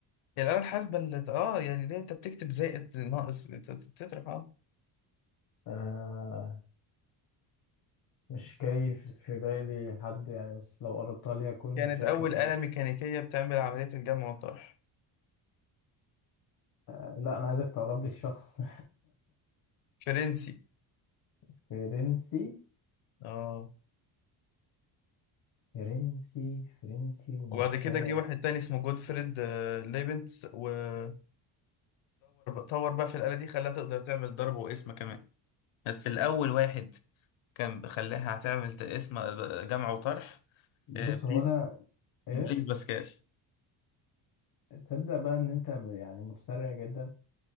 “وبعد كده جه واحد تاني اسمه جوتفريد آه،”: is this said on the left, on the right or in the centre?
Left